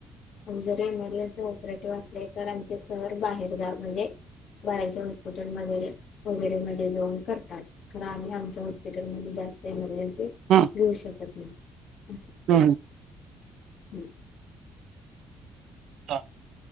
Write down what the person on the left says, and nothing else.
आणि जरी एमर्जन्सी ऑपरेटिव्ह असले तर आमचे सर बाहेर जा म्हणजे बाहेरच्या हॉस पुटीन वगैरे मध्ये जाऊन करतात. खर आम्ही आमच्या हॉस्पिटलमध्ये जास्त एमर्जन्सी.
घेऊ शकत नाही, असं
हम्म.